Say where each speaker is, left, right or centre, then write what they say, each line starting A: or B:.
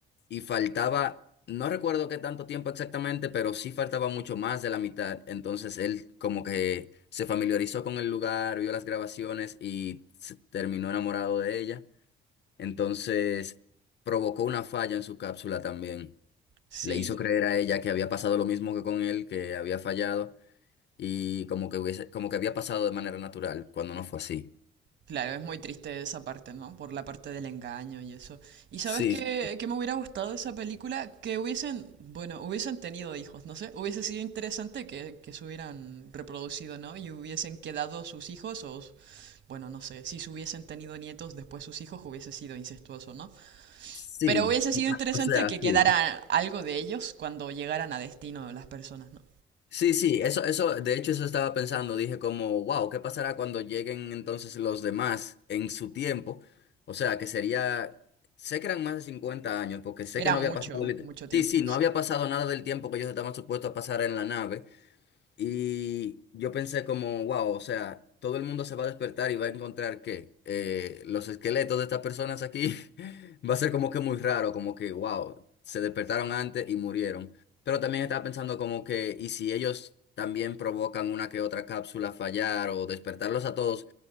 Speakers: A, on the left (about 60°); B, on the right (about 65°).
A: y faltaba, no recuerdo qué tanto tiempo exactamente, pero sí faltaba mucho más de la mitad, entonces él como que se familiarizó con el lugar, vio las grabaciones y se terminó enamorado de ella, entonces provocó una falla en su cápsula también,
B: Sí.
A: le hizo creer a ella que había pasado lo mismo que con él, que había fallado y como que hubiese, como que había pasado de manera natural cuando no fue así.
B: Claro, es muy triste esa parte, ¿no? Por la parte del engaño y eso. ¿Y sabes
A: Sí,
B: qué, qué me hubiera gustado de esa película? Que hubiesen, bueno, hubiesen tenido hijos, no sé. Hubiese sido interesante que, que se hubieran reproducido, ¿no? Y hubiesen quedado sus hijos o, bueno, no sé, si se hubiesen tenido nietos después sus hijos hubiese sido incestuoso, ¿no?
A: sí,
B: Pero hubiese sido interesante
A: o sea,
B: que quedara
A: sí.
B: algo de ellos cuando llegaran a destino las personas, ¿no?
A: Sí, sí, eso, eso, de hecho eso estaba pensando, dije como, wow, ¿qué pasará cuando lleguen entonces los demás en su tiempo? O sea, que sería, sé que eran más de 50 años, porque sé
B: Era
A: que no
B: mucho,
A: había pasado, lit-
B: mucho tiempo,
A: sí, sí, no
B: sí.
A: había pasado nada del tiempo que ellos estaban supuestos a pasar en la nave. Y yo pensé como, wow, o sea, todo el mundo se va a despertar y va a encontrar que eh, los esqueletos de estas personas aquí <laughs> va a ser como que muy raro, como que, wow, se despertaron antes y murieron. Pero también estaba pensando como que, ¿y si ellos también provocan una que otra cápsula fallar o despertarlos a todos?